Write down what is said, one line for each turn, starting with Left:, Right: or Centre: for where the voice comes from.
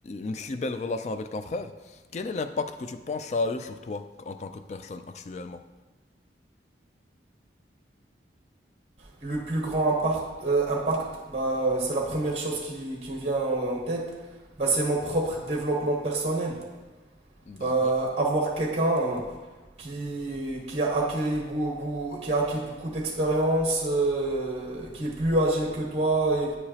Left: une si belle relation avec ton frère, quel est l'impact que tu penses ça a eu sur toi en tant que personne actuellement?
Right: le plus grand impact, euh, impact, bah, c'est la première chose qui, qui me vient en, en tête. Bah, c'est mon propre développement personnel.
Left: D'accord.
Right: Bah, avoir quelqu'un euh, qui, qui a acquis, beaucoup, qui a acquis beaucoup d'expérience, euh, qui est plus âgé que toi et,